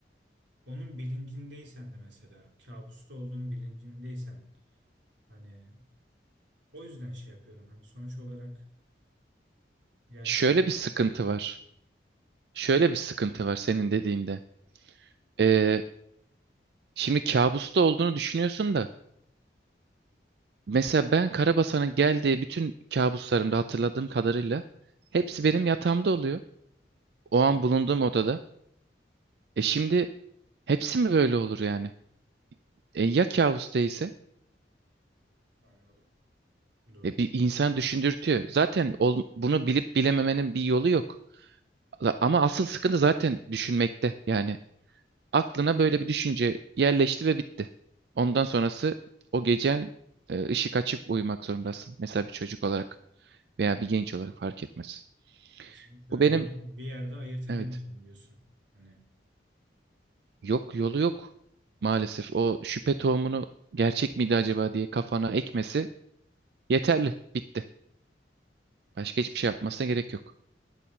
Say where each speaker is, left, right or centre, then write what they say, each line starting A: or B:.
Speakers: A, on the right (about 90°); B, on the right (about 60°).
A: onun bilincindeysen de mesela kabusta olduğun bilincindeysen hani o yüzden şey yapıyorum. Hani sonuç olarak gerçek
B: Şöyle bir sıkıntı var. Şöyle bir sıkıntı var senin dediğinde. Ee, şimdi kabusta olduğunu düşünüyorsun da Mesela ben Karabasan'ın geldiği bütün kabuslarımda hatırladığım kadarıyla hepsi benim yatağımda oluyor. O
A: Hmm,
B: an bulunduğum odada. E şimdi hepsi mi böyle olur yani? E ya kabus değilse?
A: anladım. Doğru.
B: E bir insan
A: Yani
B: düşündürtüyor. Zaten ol- bunu bilip bilememenin bir yolu yok. La- Ama asıl sıkıntı zaten düşünmekte. Yani aklına böyle bir düşünce yerleşti ve bitti. Ondan sonrası o gecen e, ışık açıp uyumak zorundasın. Mesela bir çocuk olarak veya bir genç olarak fark etmez.
A: kesinlikle
B: Bu
A: hani
B: benim
A: onu bir yerde ayırt edemeyeceğim
B: evet.
A: diyorsun. Hani
B: Yok yolu yok maalesef. O
A: Doğru.
B: şüphe tohumunu gerçek miydi acaba diye kafana ekmesi yeterli. Bitti. Başka hiçbir şey yapmasına gerek yok.